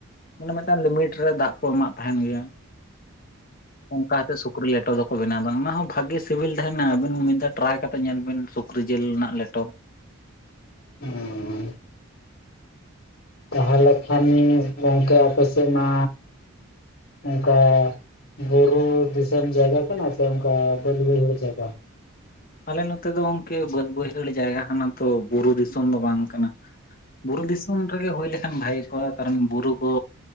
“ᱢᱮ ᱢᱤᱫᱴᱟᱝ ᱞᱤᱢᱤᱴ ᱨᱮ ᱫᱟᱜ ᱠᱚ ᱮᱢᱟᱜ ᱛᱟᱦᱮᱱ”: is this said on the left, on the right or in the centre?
Left